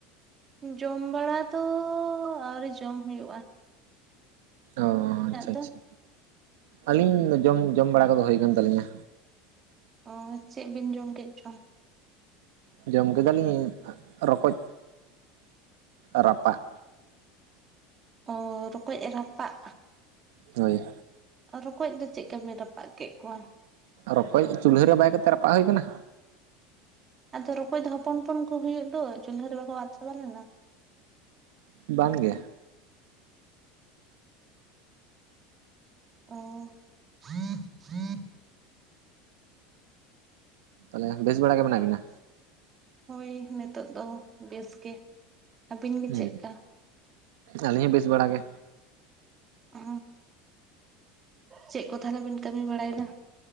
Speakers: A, on the right; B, on the right.
A: ᱡᱚᱢ ᱵᱟᱲᱟ ᱫᱚ ᱟᱹᱣᱨᱤ ᱡᱚᱢ ᱦᱩᱭᱩᱜ-ᱟ
B: ᱚ ᱟᱪᱪᱷᱟ
A: ᱫᱚ
B: ᱟᱪᱪᱷᱟ ᱟᱹᱞᱤᱧ ᱡᱚᱢ ᱡᱚᱢ ᱵᱟᱲᱟ ᱠᱚᱫᱚ ᱦᱩᱭ ᱠᱟᱱ ᱛᱟᱹᱞᱤᱧᱟ
A: ᱚ ᱪᱮᱫ ᱵᱤᱱ ᱡᱚᱢ ᱠᱮᱫ ᱪᱚ
B: ᱡᱚᱢ ᱠᱮᱫᱟᱞᱤᱧ ᱨᱚᱠᱚᱡᱽ ᱨᱟᱯᱟᱜ
A: ᱚ ᱨᱚᱠᱚᱡᱽ ᱨᱟᱯᱟᱜ
B: ᱦᱳᱭ
A: ᱨᱚᱠᱚᱡᱽ ᱫᱚ ᱪᱮᱫ ᱠᱟ ᱵᱤᱱ ᱨᱟᱯᱟᱜ ᱠᱮᱫ ᱠᱚᱣᱟ
B: ᱨᱚᱠᱚᱡᱽ ᱪᱩᱞᱦᱟᱹ ᱨᱮ ᱵᱟᱭ ᱠᱟᱛᱮ ᱨᱟᱯᱟᱜ ᱦᱩᱭ ᱠᱟᱱᱟ
A: ᱟᱫᱚ ᱨᱚᱠᱚᱡᱽ ᱫᱚ ᱦᱚᱯᱚᱱ ᱦᱚᱯᱚᱱ ᱠᱚ ᱦᱩᱭᱩᱜ ᱫᱚ ᱪᱩᱞᱦᱟᱹ ᱨᱮ ᱵᱟᱠᱚ ᱟᱫᱽ ᱪᱟᱵᱟ ᱞᱮᱱᱟ
B: ᱵᱟᱝ ᱜᱮ
A: ᱚ <unintelligible>
B: ᱛᱟᱦᱚᱞᱮ ᱵᱮᱥ ᱵᱟᱲᱟ ᱜᱮ ᱢᱮᱱᱟᱜ ᱵᱤᱱᱟ
A: ᱦᱳᱭ ᱱᱤᱛᱚᱜ ᱫᱚ ᱵᱮᱥ ᱜᱮ ᱟᱹᱵᱤᱱ ᱜᱮ
B: ᱦᱩᱸ
A: ᱪᱮᱫᱠᱟ
B: ᱟᱹᱞᱤᱧ ᱦᱚᱸ ᱵᱮᱥ ᱵᱟᱲᱟ ᱜᱮ
A: ᱚ ᱪᱮᱫ ᱠᱚ ᱛᱟᱦᱚᱞᱮᱵᱤᱱ ᱠᱟᱹᱢᱤ ᱵᱟᱲᱟᱭᱮᱫᱟ